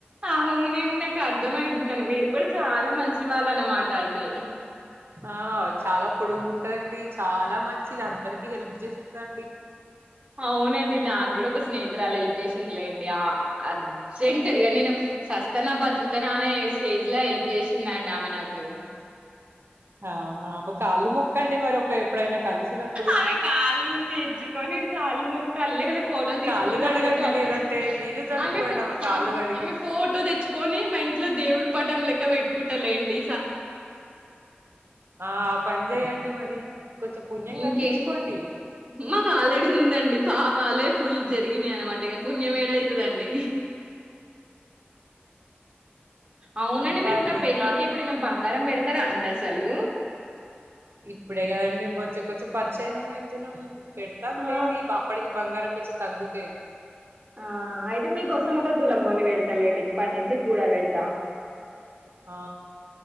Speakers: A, on the right (about 25°); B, on the right (about 70°).
A: అవునండి నాక్ అర్ద అర్ధమయితుంది అండి మీరు కూడా చాలా మంచి వాళ్ళు అనమాట అయితే
B: ఆ చాలా పొడుగు ఉంటదండి చాలా మంచిది అందరికి హెల్ప్ చేస్తది అండి
A: అవునండి నా కూడా ఒక స్నేహితురాలు హెల్ప్ చేసింది లేండి ఆ అర్జెంట్ నేను సస్తానా బతుకుతానా అనే స్టేజ్ లో హెల్ప్ చేసిందండి ఆమె నాకు
B: ఆ ఆమె కాలు మొక్కండి మరి ఒక ఎప్పుడైనా కలిసినప్పుడు
A: అవి కాళ్ళు నేర్చుకొని కాళ్ళు ముక్కాలి లేకపోతే ఫోటోలు తీస్
B: కాళ్ళు
A: కోని
B: కడగండి
A: ఆ ఫోటో అతికిచ్చు
B: లేదంటే నీళ్లు చల్లుకోండి
A: ఆమె ఫో
B: కాళ్ళు కడిగి
A: ఆమె ఫోటో తెచ్చుకొని మా ఇంట్ ఇంట్లో దేవుడి పఠం లెక్క పెట్టుకుంటాలేండి
B: ఆ ఆ పని చెయ్యండి మరి కొంచెం పుణ్యం
A: ఇంకే
B: కలిగించుకోండి
A: మాకు ఆల్రెడీ ఉందండి పాపాలే ఫుల్ ఇనే అనమాట ఇంగ పుణ్యం ఏడ అయితదండి అవునండి
B: ఇంకా
A: మీరు ఇప్పుడు
B: అండి
A: నా పెళ్ళికి ఎప్పుడైనా బంగారం పెడతారా అండి అసలు
B: ఇప్పుడే కదండి కొంచం కొంచం పరిచయనం అవుతున్నాం పెడతాం
A: ఆ
B: లేండి అప్పటికి బంగారం కొంచం త తగ్గుతే
A: ఆ అయితే మీకోసం ఒక తులం కొని పెడతాలేండి ఇప్పటి నుంచే కూడ పెడతా
B: ఆ